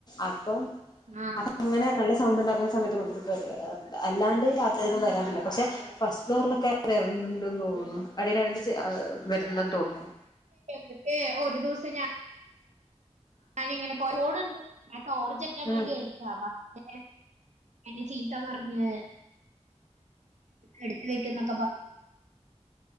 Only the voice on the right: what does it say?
ആ
വിടുത്തെ ഒരു ദവസം ഞാൻ ഞാൻ ഇങ്ങനെ പോണുണ്ട് ഞാൻ ടോർച് അടിക്കാൻ
വേണ്ടി എടുത്ത പക്ഷേ എന്നെ ചീത്ത പറഞ്ഞ് എടുത്ത വെക്ക് എന്നൊക്കെ പറഞ്ഞ്